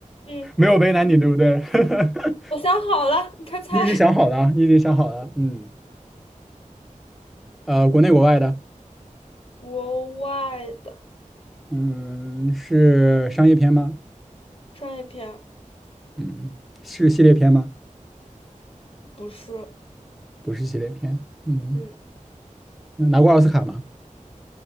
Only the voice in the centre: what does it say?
没有为难你，对不对？<laughs>
你已经想好了，你已经想好了，嗯，呃，国内国外的，
嗯，是商业片吗？
嗯，是系列片吗？
不是系列片，嗯，
拿过奥斯卡吗？